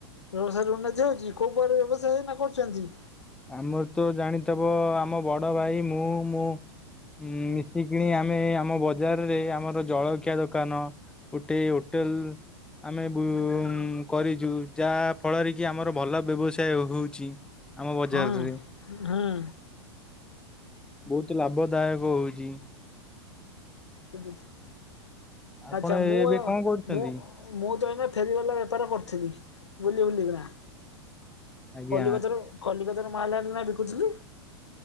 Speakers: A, on the left; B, in the centre.
A: ବ୍ୟବସାୟରେ ଉନ୍ନତି ହଉଚି କୋଉ ଉପୟରେ ବ୍ୟବସାୟ ଏଇନା କରୁଚନ୍ତି?
B: ଆମରତ ଜାଣିଥବ ଆମ ବଡ଼ ଭାଇ ମୁଁ ମୁଁ ଉଁ ମିଶିକଣି ଆମେ ଆମ ବଜାରରେ ଆମର ଜଳଖିଆ ଦୋକାନ ଗୋଟେ ହୋଟେଲ୍ ଆମେ ବୁ କରିଚୁ ଯାହା ଫଳରେକି ଆମର ଭଲ ବ୍ୟବସାୟ ହଉଚି। ଆମ ବଜାରରେ
A: ହଁ ହୁଁ
B: ବହୁତ୍ ଲାଭଦାୟକ ହଉଚି।
A: ଠିକ୍ ଅଛି
B: ଆପଣ
A: ଆଚ୍ଛା ମୁଁ
B: ଏବେ କଣ କରୁଛନ୍ତି?
A: ମୁଁ ମୁଁତ ଏଇନା ଫେରିବାଲା ବେପାର କରିଥିଲି ବୁଲି ବୁଲିକିନା।
B: ଆଜ୍ଞା
A: କଲିକତା ରୁ କଲିକତା ରୁ ମାଲ୍ ଆଣି କିନା ବିକୁଥିଲି।